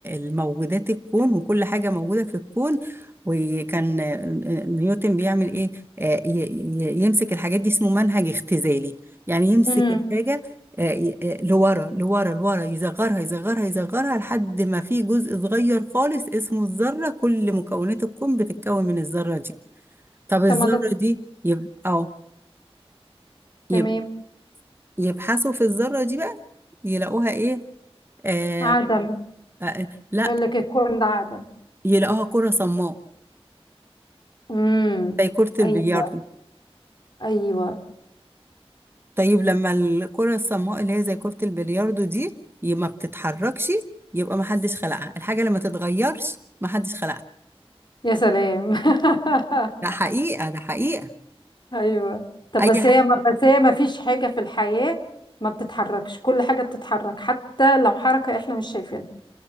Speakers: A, on the right; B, on the left.
A: الموجودات الكون وكل حاجه موجوده في الكون وكان آه، نيوتن بيعمل ايه آه، ي- ي- يمسك الحاجات دي اسمه منهج اختزالي يعني يمسك
B: امم
A: الحاجه آه، ي- آه، لورا لورا لورا يصغرها يصغرها يصغرها لحد ما في جزء صغير خالص اسمه الذره كل مكونات الكون بتتكون من الذره دي طب الذره
B: طب ما ده
A: دي يبقى اه يبقى
B: تمام
A: يبحثوا في الذرة دي بقى يلاقوها ايه آه
B: عدم
A: آه لا
B: يقول لك الكون ده عدم
A: يلاقوها كرة صماء
B: امم
A: زي كرة البلياردو
B: ايوه ايوه
A: طيب لما الكرة الصماء اللي هي زي كرة البلياردو دي ي- ما بتتحركش يبقى ما حدش خلقها الحاجة اللي ما تتغيرش ما حدش خلقها
B: يا سلام <laughs>
A: ده حقيقة ده حقيقة
B: ايوه طب
A: اي
B: بس
A: ح...
B: هي ما بس هي ما فيش حاجه في الحياه ما بتتحركش كل حاجه بتتحرك حتى لو حركه احنا مش شايفينها